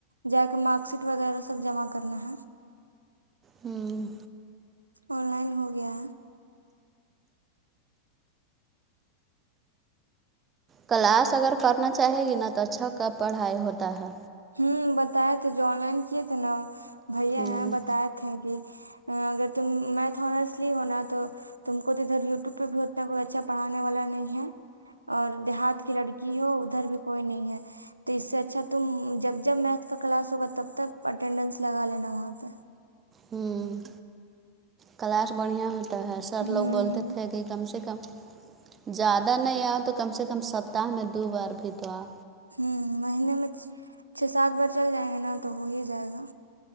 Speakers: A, on the right; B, on the right.
A: جا کے مارک شیٹ وغیرہ سب جمع کرنا ہے
B: ہوں
A: آن لائن ہو گیا
B: کلاس اگر کرنا چاہے گی نا تو اچھا کا پڑھائی ہوتا ہے
A: ہوں بتائے تھے جو آن لائن کیے تھے نا بھیا
B: ہوں
A: ہیں بتائے تھے کہ اگر تم میتھ آنسلی ہونا تو تم کو تو ادھر یوٹیوب پہ بھی اتنا کوئی اچھا پڑھانے والا نہیں ہے اور دیہات کی لڑکی ہو ادھر بھی کوئی نہیں ہے تو اس سے اچھا تم جب میتھ کا کلاس ہوگا تب تک اٹینڈنس لگا لینا وہاں پہ
B: ہوں کلاس بڑھیا ہوتا ہے سر
A: ہوں
B: لوگ بولتے تھے کہ کم سے کم زیادہ نہیں آؤ تو کم سے کم سپتہ میں دو بار بھی تو آ
A: ہوں مہینے میں چھ سات بار چل جائیں گے نا تو ہو ہی جائے گا